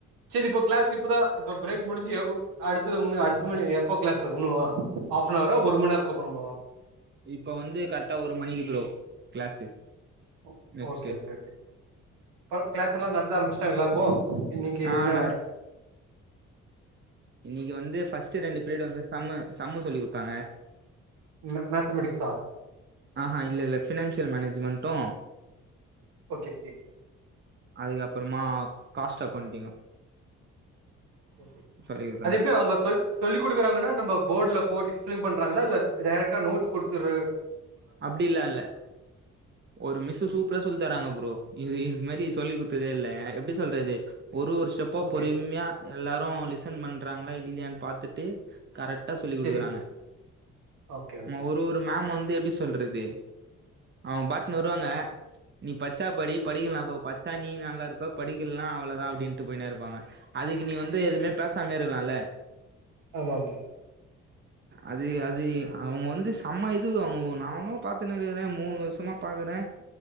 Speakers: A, on the right; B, on the right.
A: செரி இப்ப கிளாஸ் இப்பதா இப்ப பிரேக் முடுஞ்சு உ அடுத்தது அடுத்த மணி எப்போ கிளாஸ் ஒண்ணுவா ஹாஃப் அன் அவரா ஒரு மண் நேரக்கு அப்பறமாவா
B: இப்ப வந்து கரக்டா ஒரு மணிக்கு ப்ரோ கிளாஸு
A: ஓ
B: நெக்ஸ்ட்டு
A: ஓகே ஓகே ஓகே அப்பறோ கிளாஸ் எல்லா நடத்த ஆரம்பிஸ்ட்டாங்கள்ள இப்போ இன்னக்கி
B: ஆ
A: என்னா
B: நா இன்னக்கி வந்து ஃபஸ்ட் ரெண்டு பீரியட் வந்து சம்மு சம்மு சொல்லி குடுத்தாங்க
A: ம மேத்தமேடிக்ஸா
B: ஆஹா இல்ல இல்ல ஃபினான்சியல் மேனேஜுமண்ட்டு
A: ஓகே கே
B: அதுக்கப்பறமா காஸ்ட் அகோண்டிங்கு
A: சரி சரி
B: சொல்லி குடுத்தாங்க
A: அது எப்டி அவுங்க சொல்லு சொல்லி குடுக்குறாங்கனா நம்ம போர்ட்ல போட்டு எக்ஸ்ப்ளைன் பண்றாங்களா இல்ல டேரக்டா நோட்ஸ் குடுத்துரு
B: அப்டிலா இல்ல ஒரு மிஸ்ஸு சூப்பரா சொல்லி தராங்க ப்ரோ இது இது மாரி சொல்லி குடுத்ததே இல்ல ஏ எப்டி சொல்றது ஒரு ஒரு ஸ்டெப்பா
A: ஓகே
B: பொறும்மயா எல்லாரு லிசன் பண்றாங்களா இல்லயான் பாத்துட்டு கரட்டா சொல்லிக் குடுக்குறாங்க
A: சரி ஓகே ஓகே
B: நம்ம
A: ஓகே
B: ஒரு ஒரு இப்ப மேம் வந்து எப்டி சொல்றது அவ்ங்க பாட்டுன்னு வருவாங்க நீ பச்சா படி படிக்கலான போ பச்சா நீ நல்லா இருப்ப படிக்கலனா அவ்ளதா அப்டின்னுட்டு போய்னே இருப்பாங்க அதுக்கு நீ வந்து எதுமே பேசாமயே இருக்கலால
A: ஆமா ஆமா
B: அது அது அவுங்க வந்து செம்ம இது அவுங்க நானு பாத்துனு இருக்குறே மூணு வருஷமா பாக்குறே